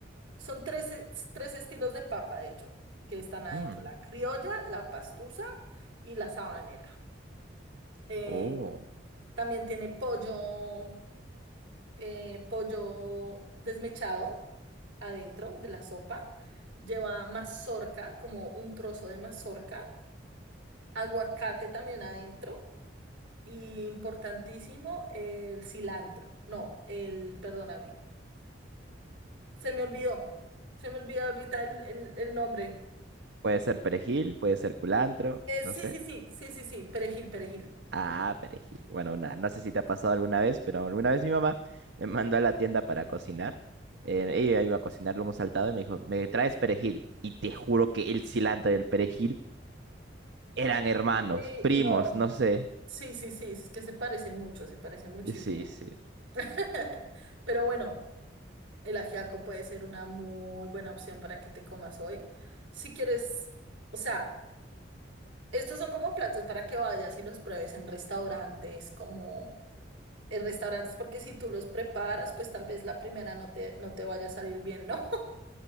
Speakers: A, on the right; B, on the right.
A: Son tres, es- tres estilos de papa, de hecho, que están adentro.
B: Mm.
A: La criolla, la pastusa y la sabanera. Eh,
B: Oh.
A: también tiene pollo, eh, pollo desmechado adentro de la sopa. Lleva mazorca, como un trozo de mazorca. Aguacate también adentro. Y importantísimo, el cilantro. No, el, perdóname. Se me olvidó. Se me olvidó ahorita el el- el nombre.
B: Puede ser perejil, puede ser culantro,
A: Eh,
B: no
A: sí,
B: sé.
A: sí, sí, sí, sí, sí, perejil, perejil.
B: Ah, perejil. Bueno, una- no sé si te ha pasado alguna vez, pero alguna vez mi mamá me mandó a la tienda para cocinar. Eh, ella iba a cocinar lomo saltado y me dijo, ¿me traes perejil? Y te juro que el cilantro y el perejil eran hermanos,
A: Sí,
B: primos,
A: no.
B: no sé.
A: Sí, sí, sí, es que se parece mucho, se parece muchísimo.
B: Y Sí, sí.
A: <laughs> Pero bueno, el ajiaco puede ser una muy buena opción para que te comas hoy. Si quieres, o sea, estos son como platos para que vayas y los pruebes en restaurantes, como en restaurantes, porque si tú los preparas, pues tal vez la primera no te, no te vaya a salir bien, ¿no? <laughs>